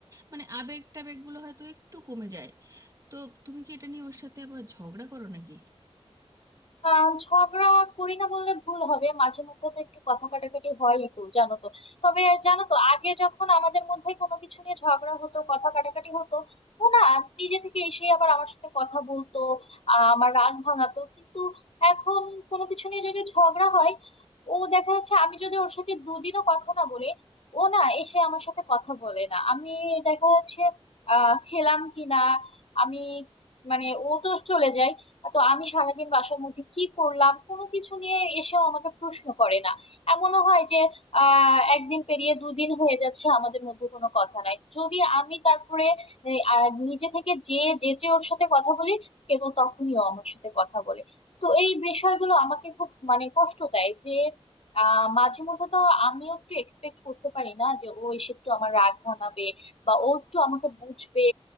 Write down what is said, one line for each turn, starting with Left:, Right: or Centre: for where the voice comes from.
Right: মানে আবেগ টাবেগগুলো হয়তো একটু কমে যায় তো তুমি কি এটা নিয়ে ওর সাথে আবার ঝগড়া করো নাকি
Left: আহ ঝগড়া করি না বললে ভুল হবে মাঝে মধ্যে তো একটু কথা কাটাকাটি হয়ই তো জানো তো তবে জানো তো আগে যখন আমাদের মধ্যে কোনো কিছু নিয়ে ঝগড়া হতো কথা কাটাকাটি হতো ও না নিজে থেকে এসে আবার আমার সাথে কথা বলতো আহ, আমার রাগ ভাঙাতো কিন্তু এখন কোনো কিছু নিয়ে যদি ঝগড়া হয় ও দেখা যাচ্ছে আমি যদি ওর সাথে দুদিনও কথা না বলি ও না এসে আমার সাথে কথা বলে না আমি দেখা যাচ্ছে আহ খেলাম কিনা আমি মানে ও তো চলে যায় তো আমি সারাদিন বাসার মধ্যে কি করলাম কোনো কিছু নিয়ে এসেও আমাকে প্রশ্ন করে না এমনও হয় যে আহ একদিন পেরিয়ে দুদিন হয়ে যাচ্ছে আমাদের মধ্যে কোনো কথা নাই যদি আমি তারপরে এই, আহ, নিজে থেকে যে যেচে ওর সাথে কথা বলি কেবল তখনই ও আমার সাথে কথা বলে তো এই বিষয়গুলো আমাকে খুব মানে কষ্ট দেয় যে আহ মাঝে মধ্যে তো আমিও একটু এক্সপেক্ট করতে পারি না যে ও এসে একটু আমার রাগ ভাঙাবে বা ও একটু আমাকে বুঝবে